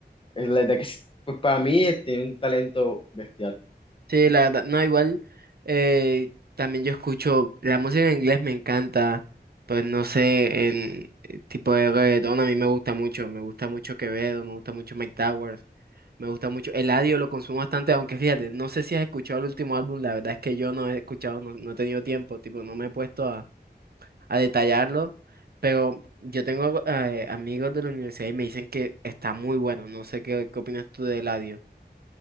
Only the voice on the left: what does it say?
Es la de que, s- pues para mí eh, tiene un talento bestial.